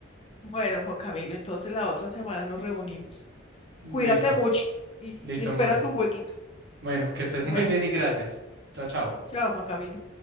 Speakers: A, on the left; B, on the right.
A: Bueno, Juan Camilo, entonces la otra semana nos reunimos.
B: Listo,
A: Cuídate mucho y,
B: listo,
A: y espera
B: Moni.
A: tu jueguito.
B: Bueno, que estés
A: Bueno,
B: <laughs> muy bien y gracias. Chao, chao.
A: chao, Juan Camilo.